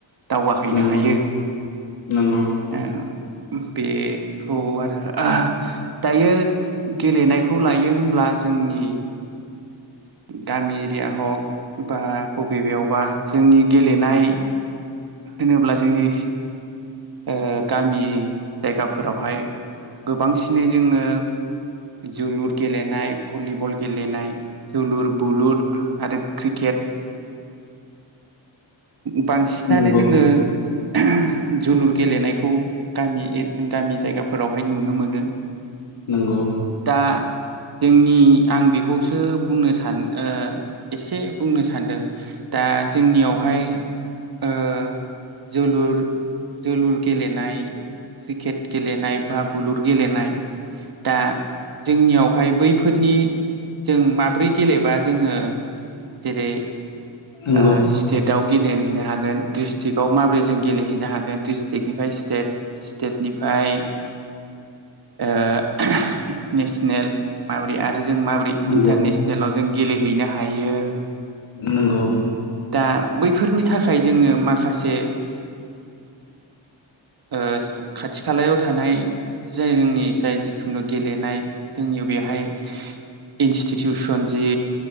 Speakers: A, on the right (about 50°); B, on the left (about 75°).
A: दावगाहैनो
B: नंगौ
A: हायो
B: नंगौ
A: ओ बे खौ आरो ओह दायो गेलेनायखौ लायो होनब्ला जोंनि गामि एरिया हक बा बबे बेयावबा जोंनि गेलेनाय होनोब्ला जोंनि ओ गामि जायगाफोरावहाय गोबांसिनै जोङो जोलुर गेलेनाय भलिबल गेलेनाय जोलुर बुलुर ' आरो क्रिकेट बांसिनानो
B: नंगौ
A: जोङो ओह जोलुर गेलेनायखौ गामि इद गामि जायगाफोरावहाय नुनो मोनो।
B: नोंगौ
A: दा जोंनि आं बेखौसो बुंनो सान ओ एसे बुंनो सान्दों दा जोंनियावहाय ओ जोलुर जोलुर गेलेनाय क्रिकेट गेलेनाय बा बुलुर गेलेनाय दा जोंनियावहाय बैफोरनि जों माब्रै गेलेबा जोङो जेरै
B: नंगौ
A: ओ स्टेटआव गेलेहैनो हागोन। डिस्ट्रिक्टआव माबोरै जों गेलेहैनो हागोन डिस्ट्रिक्टनिफ्राय स्टेट स्टेटनिफ्राय ओ नेसनेल माब्रै आ रो, जों माबोरै
B: नंगौ
A: इन्टारनेसनेलाव जों गेलेहैनो हायो।
B: नंगौ
A: दा बैफोरनि थाखाय जोङो माखासे ओस खाथि खालायाव थानाय जों जोंनि जाय जिखुनु गेलेनाय जोंनियाव बेहाय इन्सटिटिउसन जे